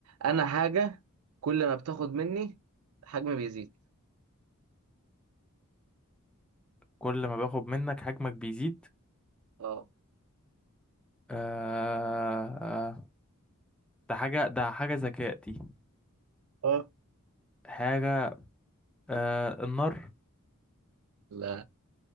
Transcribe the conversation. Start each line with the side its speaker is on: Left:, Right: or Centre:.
Right: انا حاجة كل ما بتاخد مني حجمي بيزيد
Centre: كل ما باخد منك حجمك بيزيد
Right: اه
Centre: آه... آه، ده حاجة ده حاجة ذكاء دي
Right: اه
Centre: حاجة آه... النار
Right: لا